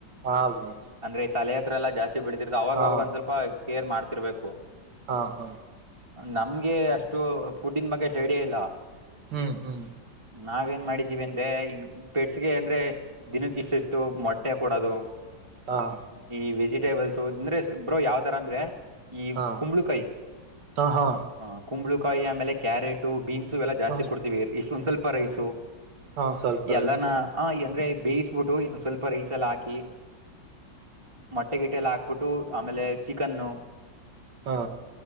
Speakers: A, on the right; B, on the right.
A: ಹಾ ಬ್ರೋ
B: ಅಂದ್ರೆ. ತಲೆ ಹತ್ರ ಎಲ್ಲಾ ಜಾಸ್ತಿ ಬೆಳತಿರ್ತ್ತ ಅವವಾಗವಾಗ
A: ಹಾ
B: ಒಂದ್ ಸ್ವಲ್ಪ ಕೇರ್ ಮಾಡ್ತಿರ್ಬೇಕು.
A: ಹಾ ಹಾ.
B: ನಮ್ಗೆ ಅಷ್ಟು ಫುಡ್ನ್ ಬಗ್ಗೆ ಶೇಡಿಯ ಇಲ್ಲ.
A: ಹ್ಮ್ ಹ್ಮ್.
B: ನಾವ ನ್ ಮಾಡಿದೀವಿ ಅಂದ್ರೆ ಈ ಪೆಟ್ಸ್ಗೆ ಅಂದ್ರೆ ದಿನಕ್ಕ ಇಷ್ಟುಷ್ಟು ಮೊಟ್ಟೆ. ಬಟ್ಟೆ ಕೊೂಡೋದು
A: ಹಾ
B: ಈ ವೆಜಿಟೇಬಲ್ಸ್ ಅಂದ್ರೆ ಇಬ್್ರೋ ಯಾವ್ ತರ ಅನ್ೆ. ಈ
A: ಹಾ
B: ಕುಂಬಳಕಾಯಿ
A: ಹಾ ಹಾ
B: ಹ ಕುಂಬಳಕಾಯಿ ಆಮೇಲೆ ಕ್ಯಾರೆಟು. ಬೀನ್ಸು ಎಲ್ಲಾ ಜಾಸ್ತಿ
A: ಹ
B: ಕೊಡ್ತೀವಿ ಇಷ್ಟೊಂದ್ ಸ್ವಲ್ಪ ರೈಸು
A: ಹಾ ಸ್ವಲ್ಪ ರೈಸು
B: ಎಲ್ಲಾನ ಎಂದ್ರೆ. ಬೇಯಿಸಬಿಟ್ಟು ಸ್ವಲ್ಪ ರೈಸಲ್ಲ ಹಾಕಿ ಮೊಟ್ಟೆ ಗಿಟಲ್ಲ ಹಾಕ. ಪುಟ್ಟು ಆಮೇಲೆ ಚಿಕನ್ನು.
A: ಹಾ.